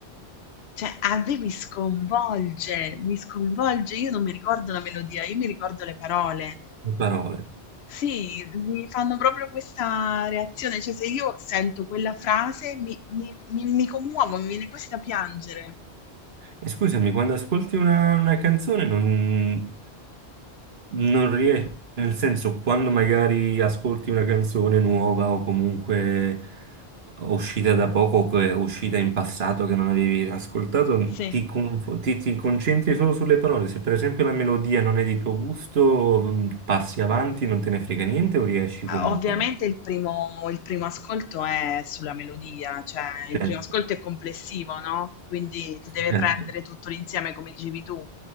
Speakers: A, on the left (about 75°); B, on the right (about 70°).
A: Cioè, a me mi sconvolge, mi sconvolge. Io non mi ricordo la melodia, io mi ricordo le parole.
B: le parole.
A: Sì, mi fanno proprio questa reazione. Cioè, se io sento quella frase mi, mi- mi- mi commuovo, mi viene quasi da piangere.
B: E scusami, quando ascolti una, una canzone non, non riesci, nel senso, quando magari ascolti una canzone nuova o comunque uscita da poco o che è uscita in passato che non avevi ascoltato,
A: Sì.
B: ti, confo- ti- ti concentri solo sulle parole. Se per esempio la melodia non è di tuo gusto, mh, passi avanti, non te ne frega niente o riesci
A: Ah,
B: comunque.
A: Ovviamente il primo, il primo ascolto è sulla melodia, cioè il
B: Certo,
A: primo ascolto è complessivo, no? Quindi ti deve
B: certo,
A: prendere tutto l'insieme, come dicevi tu.